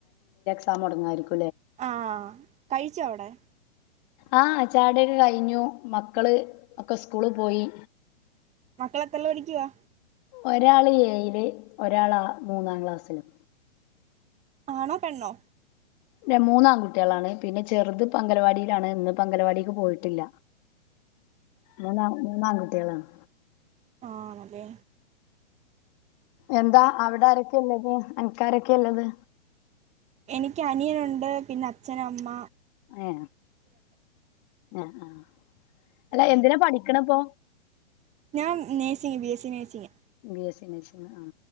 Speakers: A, on the left; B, on the right.
A: സമൊടങ്ങായിരിക്കും
B: ആഹ് കഴിചോ വടെ
A: ആ ച്ചായൊടിയൊക്കെ കഴിഞ്ഞു മക്കള് ഒക്കെ സ്കൂള് പോയി
B: മക്കളെത്രല്ടിക്കുവാ
A: ഒരാള് ഏയില് ഒരാളാ മൂന്നാം ക്ലാസ്സിലും
B: ആണോ പെണ്ണോ
A: ര മൂന്ന് ആൺകുട്ടിളാണ് പിന്നെ ചെറുത് പംഗലവാടിയിലാണ് ഇന്ന് പംഗലവാടിക്ക് പോയിട്ടില്ല മൂന്നാം മൂന്നാം കുട്ട്യാളാണ്
B: ആഹ് അതെ
A: എന്താ അവിടെ ആരൊക്കെള്ളത് അൻക്കാരൊക്കെല്ലത്
B: എനിക്ക് അനിയനുണ്ട് പിന്നെ അച്ഛനമ്മ
A: ഏ എ ആഹ് അല്ല എന്തിനാ പഠിക്കണ ഇപ്പൊ
B: ഞാൻ nursing B S C nursing
A: B S ഇ നഴ്സിംഗ് ആ